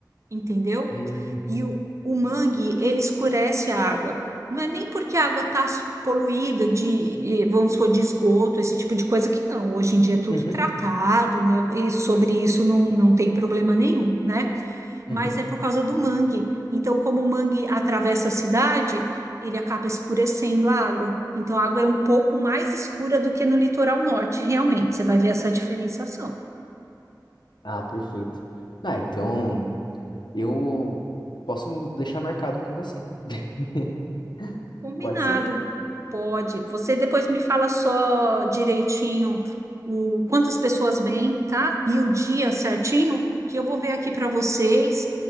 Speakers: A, on the right; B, on the left.
A: entendeu?
B: Hum.
A: E o, o mangue, ele escurece a água. Não é nem porque a água está poluída de, eh, vamos supor, de esgoto, esse tipo de coisa que não. Hoje em dia é tudo
B: Uhum.
A: tratado, né? E sobre isso não, não tem problema nenhum, né?
B: Uhum.
A: mas é por causa do mangue. Então, como o mangue atravessa a cidade, ele acaba escurecendo a água. Então, a água é um pouco mais escura do que no litoral norte, realmente. Você vai ver essa diferenciação.
B: Ah, perfeito. Ah, então eu posso deixar marcado com você. <laughs>
A: Combinado.
B: Pode ser?
A: Pode. Você depois me fala só direitinho o quantas pessoas vêm, tá? E o dia certinho, que eu vou ver aqui para vocês